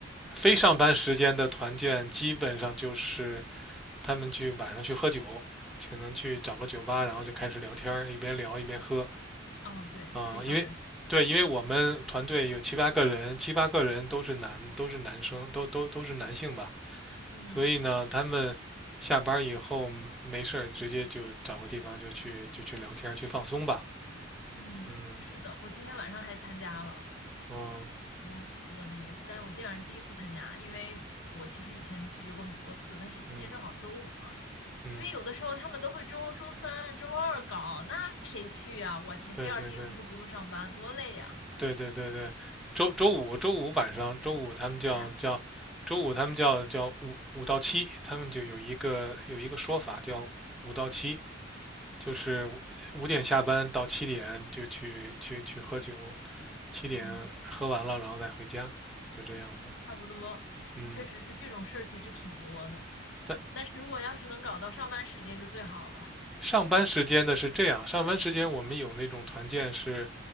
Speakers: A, in the centre; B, on the left.
A: 非上班时间的团建，基本上就是他们去晚上去喝酒，可能去找个酒吧，然后就开始聊天一边聊一边喝
B: 嗯，对，
A: 啊、
B: 非上班。
A: 嗯因为对，因为我们团队有七八个人，七八个人都是男，都是男生，都都都是男性吧，
B: 嗯。
A: 所以呢，他们下班以后没事儿，直接就找个地方就去就去聊天去放松吧。
B: 嗯，
A: 嗯，
B: 是的，我今天晚上还参加了
A: 嗯，
B: 司的那个，但是我今天晚上第一次参加，因为我其实以前拒绝过很多次，但是今天正好周五嘛，
A: 嗯嗯，
B: 因为有的时候他们都会周周三、周二搞，那谁去呀？我天，
A: 对对对，
B: 第二天又不是不用上班，多累呀！
A: 对对对对，周周五周五晚上，周五他们叫叫，
B: 这还好，
A: 周五他们叫叫五五到七，他们就有一个有一个说法叫五到七，就是五点下班到七点就去去去喝酒，七点喝完了然后再回家，
B: 嗯，
A: 就这样子。
B: 差不多，
A: 嗯，
B: 确实是这种事儿，其实挺多的，
A: 但
B: 但是如果要是能搞到上班时间就最好了。
A: 上班时间的是这样，上班时间我们有那种团建是